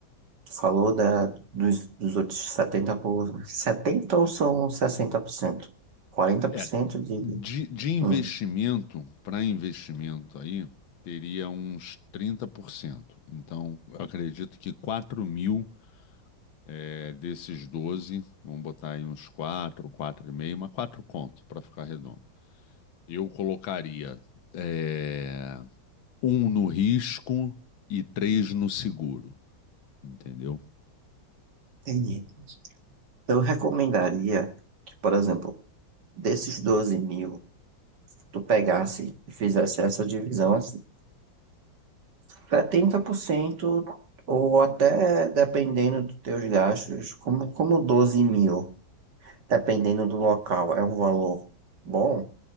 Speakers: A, on the right (about 60°); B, on the left (about 80°).
A: tu falou da, dos, dos outros setenta por, 70 ou são sessenta por cento quarenta por
B: É,
A: cento de...
B: de, de investimento
A: Hum,
B: para investimento aí, teria uns 30%. Então, eu acredito que quatro mil é, desses 12, vamos botar aí uns quatro, quatro e meio, mas 4 conto para ficar redondo. Eu colocaria é, um no risco e três no seguro, entendeu?
A: entendi. Eu recomendaria que, por exemplo, desses 12 mil, tu pegasse e fizesse essa divisão assim. setenta por cento ou até, dependendo dos teus gastos, como, como 12 mil, dependendo do local, é um valor bom,